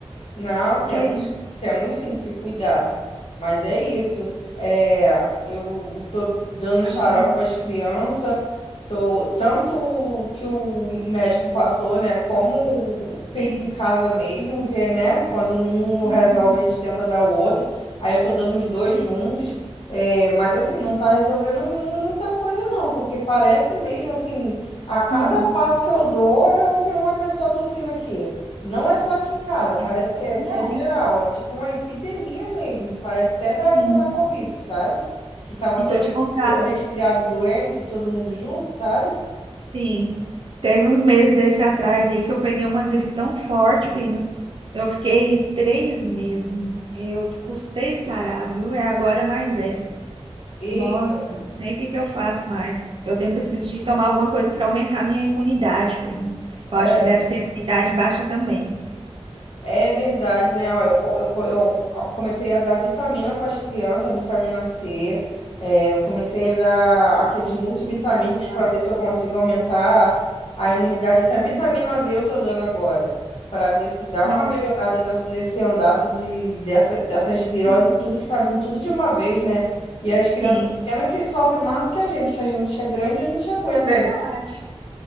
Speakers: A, on the left; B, on the right.
A: Não, temos,
B: Que aí,
A: temos sim que se cuidar. Mas é isso. É, eu tô dando
B: agora...
A: xarope para as crianças, tô, tanto o que o médico passou, né? Como o feito
B: Enfim.
A: em casa mesmo, que, né? Quando um não
B: Uhum.
A: resolve, a gente tenta dar o outro. Aí eu tô dando os dois juntos. É, mas assim, não tá resolvendo mu- muita coisa, não, porque parece mesmo assim, a cada
B: Aham,
A: passo que eu dou, eu tenho uma pessoa tossindo aqui. Não é só aqui em casa, parece
B: é.
A: que é,
B: Não,
A: que é geral, é tipo uma epidemia mesmo, parece até da época
B: Sim.
A: da Covid, sabe? Que tava
B: E
A: todo
B: se eu te
A: mundo
B: contar,
A: de- resfriado, doente, todo mundo junto, sabe?
B: sim. Teve uns meses desse atrás aí que eu peguei uma gripe tão forte, prima. Eu fiquei três meses. Eu custei sarar, viu? É agora mais essa.
A: Eita,
B: Nossa,
A: pri-
B: não sei o que que eu faço mais. Eu tenho preciso de tomar alguma coisa para aumentar a minha imunidade, prima.
A: é,
B: Eu acho que
A: prima.
B: deve ser imunidade baixa também.
A: É verdade, né? Ó, Eu, co- eu, co- eu comecei a dar vitamina para as crianças, vitamina C. é, eu comecei a dar aqueles multivitamínicos
B: Tá bom.
A: para ver se eu consigo aumentar a imunidade. Até
B: Hum,
A: vitamina D eu tô dando agora, para ver se dá
B: Nossa,
A: uma melhorada nessa- nesse andaço de, dessa, dessas viroses,
B: sim,
A: tudo que tá vindo tudo de uma vez, né? E as crianças
B: sim.
A: pequenas que sofrem mais do que a gente, que a gente é grande, a gente aguenta,
B: verdade,